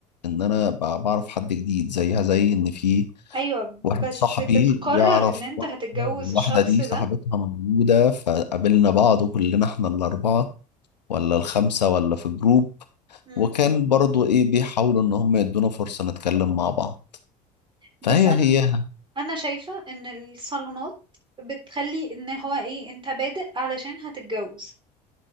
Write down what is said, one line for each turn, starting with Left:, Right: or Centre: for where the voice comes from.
Left: ان انا بع- بعرف حد جديد زيها زي ان في
Right: ايوه
Left: واحد
Right: بس
Left: صاحبي
Right: بتقرر
Left: يعرف
Right: ان انت
Left: واحدة
Right: هتتجوز
Left: والواحدة
Right: الشخص
Left: دي
Right: ده
Left: صاحبتها موجودة فقابلنا بعض وكلنا احنا الاربعة ولا الخمسة ولا في جروب
Right: مم.
Left: وكان برضو ايه بيحاولوا ان هم يدونا فرصة نتكلم مع بعض
Right: بس
Left: فهي
Right: انا
Left: هي
Right: انا شايفة ان الصالونات بتخلي ان هو ايه انت بادئ علشان هتتجوز